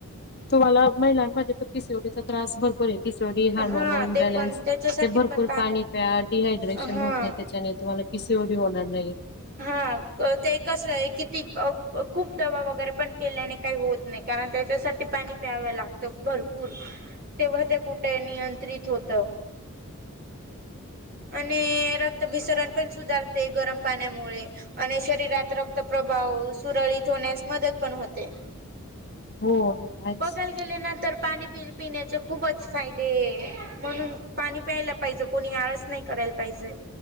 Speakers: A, on the left; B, on the right.
A: तुम्हाला मग माजे तर पीसीओडीचा त्रास भरपूर आहे पीसीओडी हार्मोनन
B: हा ते
A: बॅलन्स
B: पण त्याच्यासाठी
A: ते भरपूर
B: पण
A: पाणी प्या डिहायड्रेशन
B: हा
A: होत नाही त्याच्याने तुम्हाला पिसीओडी होणार नाही
B: हा ते कसं आहे कि ती खूप दवा वगैरे पण केल्याने काही होत नाही कारण त्याच्यासाठी पाणी प्यावं लागतं भरपूर तेव्हा ते कुठ ते नियंत्रित होत. आणि रक्तभिसरण पण सुधारते गरम पाण्यामुळे आणि शरीरात रक्त प्रभाव सुरळीत होण्यास मदत पण होते
A: हो हायच
B: बघायला गेले ना तर पाणी पिण्याचे खूपच फायदे म्हणून पाणी प्यायला पाहिजे कोणी आळस नाही करायला पाहिजे